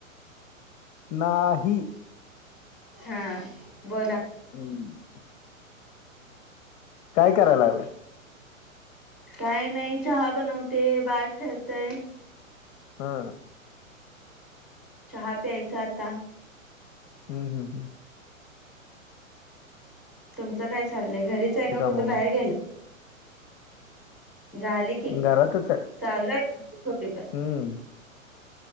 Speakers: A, on the left; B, in the centre.
A: नाही.
B: हा बोला.
A: हंम काय करायला लागलंय.
B: काय नाही चहा बनवते बाहेर खेळतय.
A: हा
B: चहा प्यायचा आता.
A: हम् हम् हम
B: तुमचं काय चाललंय घरीच
A: हम्म
B: आहे का कुठे
A: मामा
B: बाहेर गेला. झाली की
A: घरातच आहे
B: चालूय तिचे पेपर.
A: हम्म